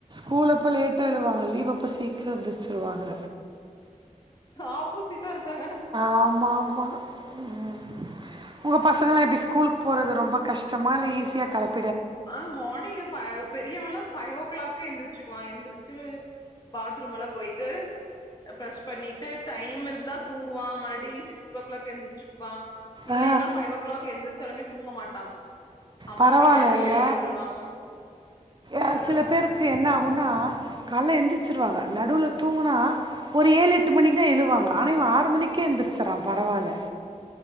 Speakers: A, on the right; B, on the left.
A: கூல்லப்போ லேட்டா எழுவாங்க லீவ் அப்போ சீக்கிரோ எந்திருச்சுருவாங்க
B: ஆப்போசிட்டா இருக்காங்க
A: ஆமாமா ம் உங்க பசங்களா எப்டி ஸ்கூல்லுக் போறது ரொம்ப கஷ்டமா இல்ல ஈஸியா கௌப்
B: ஆ மார்னிங் ஃப பெரியவனல்ல பஃபைவ் ஓ கிளாகே எந்திரச்சுக்குவா எந்திரிச்சி பாத்ரூம் எல்லா போய்ட்டு ப்ரஷ் பண்ணிட்டு டைம் இருந்தா தூங்குவா மறுடி சி க்ஸ் ஓ கிளாக் எந்திரிச்சுப்பா இல்லைன்னா
A: ஆ
B: பஃபைவ் ஓ கிளாக் எந்திரிச்சாலுமே தூங்க மாட்டா அம்மா
A: பரவால்லல்ல
B: பின்னாடியே வருவா
A: ஆ
B: அ
A: சில பேருக்கு என்ன ஆகுனா காலைல எந்திரிச்சிருவாங்க நடுவுல தூங்குனா ஒரு ஏழ் எட்டு மணிக்கு தா எழுவாங்க ஆனா இவ ஆறு மணிக்கே எந்திரிச்சறா பரவால